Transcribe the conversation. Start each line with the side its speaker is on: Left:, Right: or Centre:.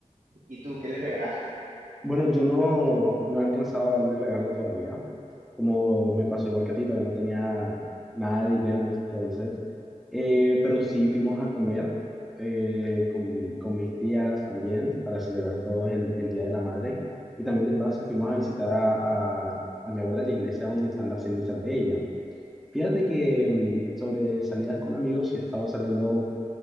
Right: ¿Y tú qué le regalaste?
Centre: Bueno, yo no, no he alcanzado a darle regalo todavía, como me pasó igual que a ti, todavía no tenía nada de dinero en ese entonces, Eh, pero sí fuimos a comer eh, con, con mis tías también para celebrar todos el, el Día de la Madre y también de paso fuimos a visitar a, a, a mi abuela a la iglesia donde están las cenizas de ella. Fíjate que mm, sobre salidas con amigos sí he estado saliendo